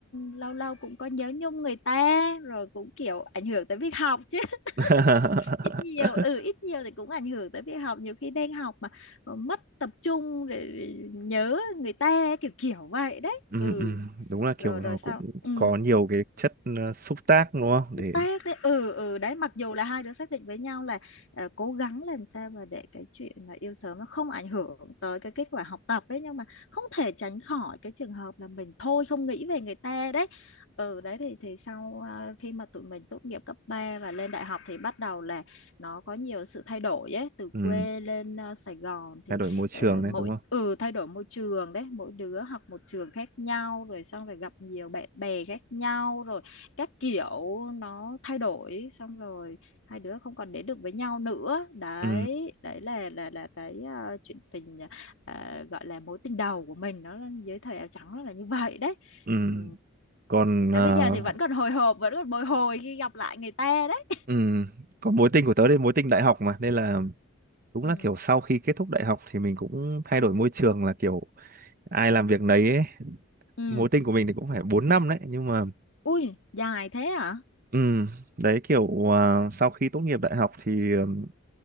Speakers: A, on the left; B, on the right.
A: lâu lâu cũng có nhớ nhung người ta rồi cũng kiểu ảnh hưởng tới việc học chứ <laughs>
B: <laughs>
A: ít nhiều ừ ít nhiều thì cũng ảnh hưởng tới việc học nhiều khi đang học mà, mà mất tập trung để rồi nhớ người ta kiểu kiểu vậy đấy
B: ừ.
A: ừ
B: ừ. Đúng là
A: rồi
B: kiểu
A: rồi
B: nó
A: sao
B: cũng
A: ừ
B: có nhiều cái chất ờ, xúc tác đúng không? Để
A: tác đấy ừ ừ đấy mặc dù là hai đứa xác định với nhau là ờ, cố gắng làm sao mà để cái chuyện mà yêu sớm nó không ảnh hưởng tới cái kết quả học tập ấy nhưng mà không thể tránh khỏi cái trường hợp là mình thôi không nghĩ về người ta đấy ừ đấy thì thì sau ờ, khi mà tụi mình tốt nghiệp cấp 3 và lên đại học thì bắt đầu là nó có nhiều sự thay đổi ấy từ
B: ừ.
A: quê lên ờ, Sài Gòn thì
B: thay đổi môi trường
A: ờ,
B: đấy
A: mỗi
B: đúng không?
A: ừ thay đổi môi trường đấy mỗi đứa học một trường khác nhau rồi xong rồi gặp nhiều bạn bè khác nhau rồi các kiểu nó thay đổi xong rồi hai đứa không còn đến được với nhau nữa đấy
B: Ừ.
A: đấy là là là cái à, chuyện tình à, gọi là mối tình đầu của mình nó là dưới thời áo trắng nó là như vậy đấy
B: Ừ.
A: ừ.
B: Còn
A: tới
B: ờ,
A: bây giờ thì vẫn còn hồi hộp vẫn còn bồi hồi khi gặp lại người ta đấy
B: ừ. Còn mối tình của tớ thì mối tình đại học mà nên là đúng
A: ừ
B: là kiểu sau khi kết thúc đại học thì mình cũng thay đổi môi trường là kiểu ai làm việc nấy ấy.
A: ừ
B: Mối tình của mình thì cũng phải 4 năm đấy nhưng mà
A: ui dài thế hả
B: Ừ, đấy kiểu à, sau khi tốt nghiệp đại học thì ừm,